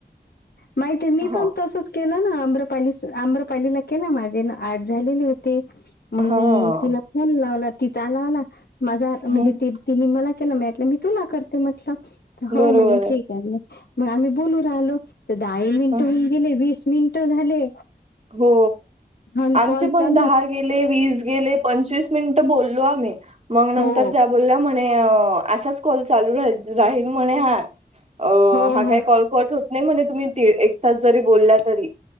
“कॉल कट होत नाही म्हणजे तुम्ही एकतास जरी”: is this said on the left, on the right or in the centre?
Right